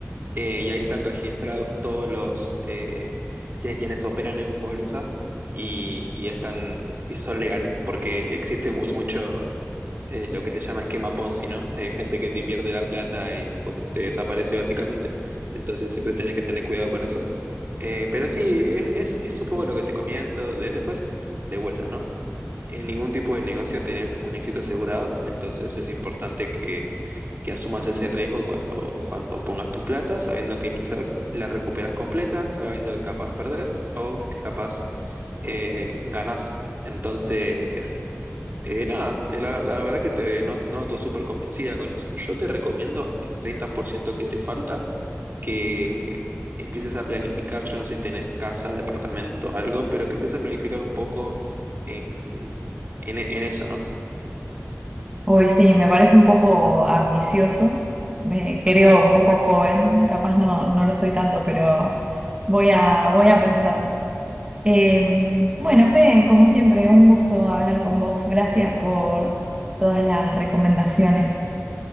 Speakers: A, on the right; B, on the right.
A: Eh, y ahí están registrados todos los eh, quien- quienes operan en bolsa y, y están y son legales, porque existe muy mucho eh, lo que se llama esquema Ponzi, ¿no? Eh, gente que te invierte la plata y después te desaparece básicamente. Entonces siempre tenés que tener cuidado con eso. Eh, pero sí, es, es- es un poco lo que te comento. De- después, de vuelta, ¿no? En ningún tipo de negocio tenés un éxito asegurado, entonces es importante que, que asumas ese riesgo cuando, cuando pongas tu plata, sabiendo que quizás la recuperas completa, sabiendo que capaz perdés o que capaz eh, ganás. Entonces, eh, nada, eh, la, la verdad que te no- noto súper convencida con eso. Yo te recomiendo el 30% que te falta que empieces a planificar, yo no sé si tenés casa, departamento, algo, pero que empieces a planificar un poco en, en, en eso, ¿no?
B: Hoy sí, me parece un poco ambicioso, me creo un poco joven, capaz no, no lo soy tanto, pero voy a, voy a pensarlo. Eh, bueno, Fede, como siempre, un gusto hablar con vos. Gracias por todas las recomendaciones.